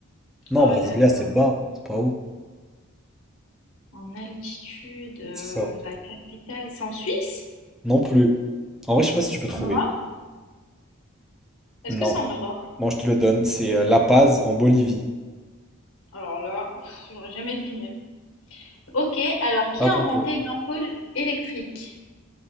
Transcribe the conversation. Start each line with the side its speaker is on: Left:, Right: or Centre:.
Centre: Non,
Left: Oh
Centre: Brasilia,
Left: là là,
Centre: c'est bas, c'est pas haut.
Left: en altitude, euh,
Centre: C'est ça.
Left: la capitale, c'est en Suisse?
Centre: Non plus. En vrai, je sais pas si tu peux trouver.
Left: En Europe? Est-ce
Centre: Non.
Left: que c'est en Europe?
Centre: Bon, je te le donne, c'est euh, La Paz en Bolivie.
Left: Alors là, pff, j'aurais jamais deviné. Ok, alors qui
Centre: À
Left: a
Centre: ton
Left: inventé
Centre: tour.
Left: l'ampoule électrique?